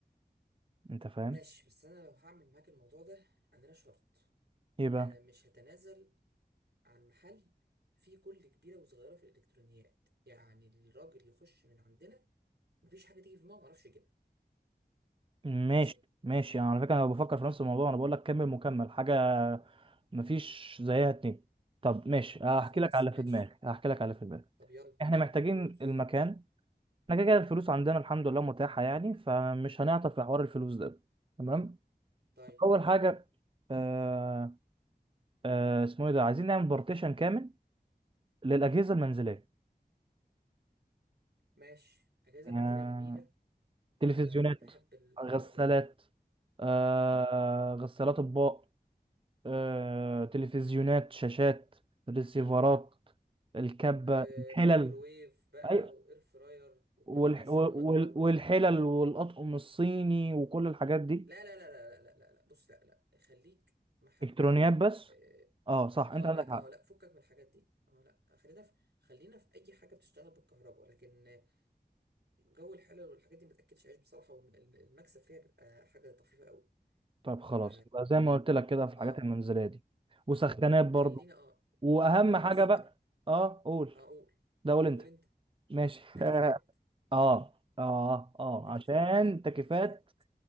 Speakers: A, on the right; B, on the right.
A: انت فاهم
B: ماشي بس انا لو هعمل معاك الموضوع ده انا لا شرط
A: ايه بقى
B: انا مش هتنازل عن محل فيه كل كبيره وصغيره في الالكترونيات يعني الراجل يخش من عندنا مفيش حاجه تيجي في دماغه ما اعرفش يجيبها
A: ماشي
B: ماشي
A: ماشي انا على فكره انا بفكر في نفس الموضوع انا بقول لك كامل مكمل حاجه مفيش زيها اتنين طب ماشي هحكي
B: خلاص
A: لك على
B: ماشي
A: في دماغي هحكي لك على في دماغي
B: طب يلا
A: احنا محتاجين
B: دوس
A: المكان احنا كده كده الفلوس عندنا الحمد لله متاحه يعني فمش هنعطل في حوار الفلوس ده تمام
B: طيب
A: اول حاجه آه، آه، اسمه ايه ده عايزين نعمل بارتيشن كامل للاجهزه المنزليه
B: ماشي اجازه
A: آه،
B: منزليه جميله
A: تلفزيونات
B: انا بحب الموضوع
A: غسالات
B: ده
A: آه، غسالات اطباق آه، تلفزيونات شاشات ريسيفرات الكبه
B: آه،
A: الحلل
B: مايكروويف بقى
A: ايوه
B: واير فراير ومكنسه
A: والح- وال-
B: ومكوه
A: والحلل والاطقم الصيني وكل الحاجات دي
B: لا لا لا لا لا لا لا بص لا لا خليك محدد
A: الكترونيات بس
B: اه
A: اه صح انت
B: آه،
A: عندك
B: لا
A: حق
B: اه لا فكك من الحاجات دي اه لا خلينا في خلينا في اي حاجه بتشتغل بالكهرباء لكن آه، جو الحلل والحاجات دي ما تاكلش عيش بصراحه والمكسب فيها بيبقى حاجه طفيفه قوي
A: طيب خلاص
B: ف
A: يبقى زي ما قلت لك كده في الحاجات
B: اه
A: المنزليه دي وسخانات برضو
B: خلينا اه
A: واهم
B: وبص
A: حاجه بقى
B: بقى
A: اه قول
B: هقول
A: ده قول انت
B: قول انت
A: ماشي
B: تكييفات
A: <laughs> اه اه اه
B: تكييفات
A: عشان تكييفات
B: التكييفات